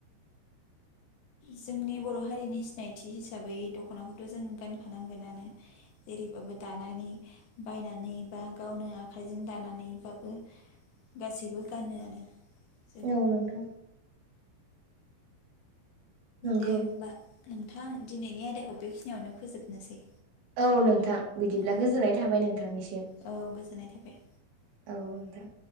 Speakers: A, on the left (about 70°); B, on the right (about 75°).
A: जोंनि बर हारिनि सिनायथि हिसाबै दखनाखौथ जों गानखानांगोनानो जेरैबाबो दानानै बायनानै बा गावनो आखाइजों दानानैबाबो गासैबो गानोआनो जों
B: औ नोंथां नंगौ
A: दे होमबा नों नोंथां दिनैनि आयदाखौ बेखिनियावनो फोजोबनोसै
B: औ नोंथां बिदिब्ला
A: औ
B: गोजोननाय थाबाय नोंथांनिसिम औ
A: औ गोजोननाय थाबाय
B: नोंथां